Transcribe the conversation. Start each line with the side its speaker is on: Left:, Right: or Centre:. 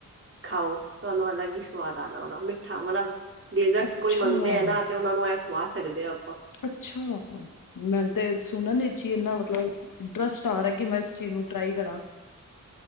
Right: ਖਾਓ, ਤੁਹਾਨੂੰ ਅਲਗ ਹੀ ਸਵਾਦ <unintelligible> <unintelligible> ਮਿੱਠਾ ਮਤਲਬ ਡੇਜ਼ਰਟ
Left: ਅੱਛਾ
Right: ਕੋਈ ਮੰਗਦੇ ਐ ਨਾ ਤੇ, ਉਨਾ ਨੂੰ ਐ ਖਵਾ ਸਕਦੇ ਆ
Left: ਅੱਛਾ। ਮੈਂ ਤੇ ਸੁਣਨ ਈ ਚੀ ਇਨਾ ਮਤਲਬ ਇੰਟਰਸਟ ਆ ਰਾ, ਕਿ ਮੈਂ ਇਸ ਚੀਜ਼ ਨੂੰ ਟਰਾਈ ਕਰਾਂ।